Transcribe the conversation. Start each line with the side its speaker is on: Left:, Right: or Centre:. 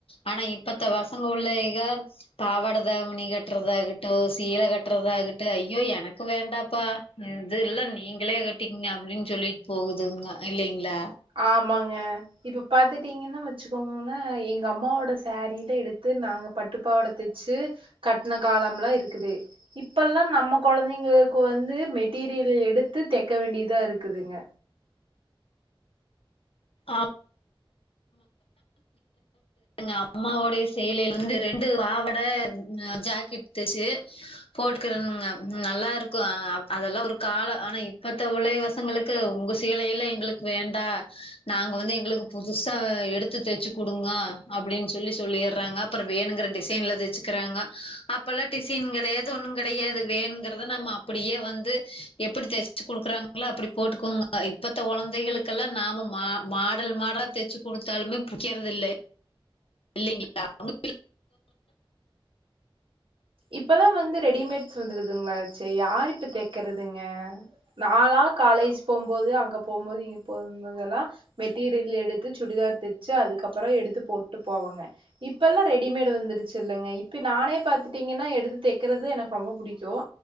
Left: ஆனா இப்பத்த பசங்க உள்ளங்க பாவாட தாவணி கட்டுறதாகட்டும் சீலை கட்டுறதாகட்டும் ஐயோ எனக்கு வேண்டாப்பா இது இல்ல நீங்களே கட்டிக்கங்க அப்படின்னு சொல்லிட்டு போகுதுங்க இல்லைங்களா
Right: ஆமாங்க இப்ப பாத்துட்டீங்கன்னா வச்சுக்கோங்கனே எங்க அம்மாவோட சேரில எடுத்து நாங்க பட்டுப்பாவட தச்சு கட்டன காலம்லாம் இருக்குது இப்பெல்லாம் நம்ம கொழந்தைங்களுக்கு வந்து மெட்டீரியல் எடுத்து தைக்க வேண்டியதா இருக்குதுங்க
Left: ஆப் அம்மாவோடைய சேலையில வந்து ரெண்டு பாவட ஜாக்கெட் தச்சு போட்டுக்கிறுங்கனங்க நல்லா இருக்கும் அதெல்லாம் ஒரு காலம் ஆனா இப்பத்த உலவசங்களுக்கு உங்க சீலை எல்லாம் எங்களுக்கு வேண்டாம் நாங்க வந்து எங்களுக்கு புதுசா எடுத்து தைச்சு குடுங்க அப்படின்னு சொல்லி சொல்லிடுறாங்க அப்புறம் வேணுங்கிற டிசைன்ல தைச்சுக்கிறாங்க அப்பல்லாம் டிசைன்கள் எது ஒன்னும் கிடையாது வேணுங்கிறத நாம அப்படியே வந்து எப்படி தச்சு குடுக்குறாங்களோ அப்படி போட்டுக்கோங்க இப்ப குழந்தைகளுக்கெல்லாம் நாம மா மாடல் மாடலா தச்சு குடுத்தாலுமே புடிக்கறதில்ல இல்லைங்களா <inaudible>
Right: இப்பதான் வந்து ரெடிமேட் வந்துடுதுங்களச்சே யார் இப்ப தைக்குறதுங்க நா லா காலேஜ் போம்போது அங்க போம்போது இ போகும்போது எல்லாம் மெட்டீரியல் எடுத்து சுடிதார் தைச்சு அதுக்கப்புறம் எடுத்து போட்டு போவங்க இப்பல்லாம் ரெடிமேடு் வந்துருச்சு இல்லங்க இப்ப நானே பாத் நீங்கன்னா எடுத்து தைக்கறது எனக்கு ரொம்ப புடிக்கும்